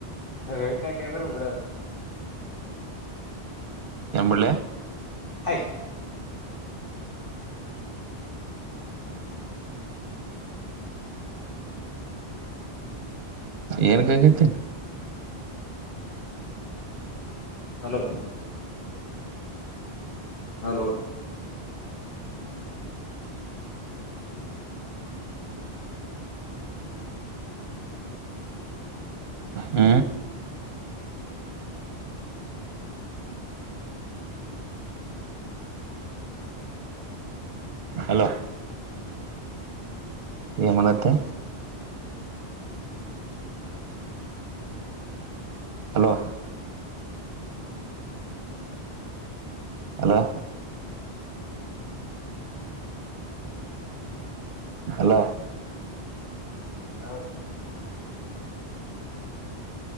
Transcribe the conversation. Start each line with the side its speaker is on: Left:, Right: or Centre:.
Left: ರೇವಿಕಾಕದ್ರೆ ಕೂಡ ಅಂತ
Right: ಎಂಬಿಡ್ಲಿ
Left: ಹಯ್
Right: ಏನ್ ಕಗತೇನ್
Left: ಹಲೋ ಹಲೋ
Right: ಹ್ಮ್ ಹಲೋ ಏನ್ ಮಾಡಕ್ಕತ್ತಿ ಹಲೋ ಅಲೋ ಹಲೋ
Left: <inaudible>